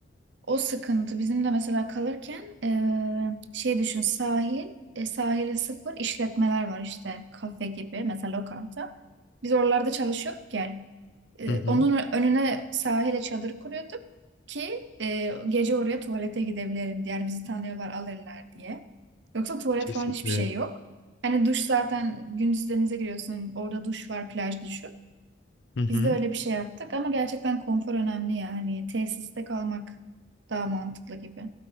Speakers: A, on the right; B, on the left.
A: O sıkıntı bizim de mesela kalırken eee, şey düşün sahil e, sahili sıfır işletmeler var işte kafe gibi mesela lokanta. Biz oralarda çalışıyorduk yani. E,
B: Hı hı.
A: onun önüne sahile çadır kuruyorduk ki e, gece oraya tuvalete gidebilirim diye. Yani bizi tanıyorlar alırlar diye. Yoksa tuvalet
B: Kesinlikle.
A: falan hiçbir şey yok. Hani duş zaten gündüz denize giriyorsun orada duş var plaj duşu.
B: Hı hı.
A: Biz de öyle bir şey yaptık ama gerçekten konfor önemli ya. Hani tesiste kalmak daha mantıklı gibi.